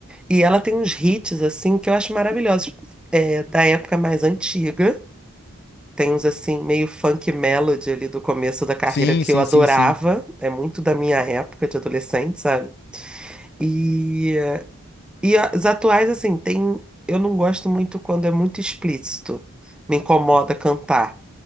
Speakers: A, in the centre; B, on the left.
A: E ela tem uns hits, assim, que eu acho maravilhosos. É, da época mais antiga. Tem uns assim, meio funk melody ali do começo da carreira
B: Sim,
A: que
B: sim,
A: eu adorava.
B: sim, sim.
A: É muito da minha época de adolescente, sabe? E, e as atuais, assim, tem. Eu não gosto muito quando é muito explícito. Me incomoda cantar.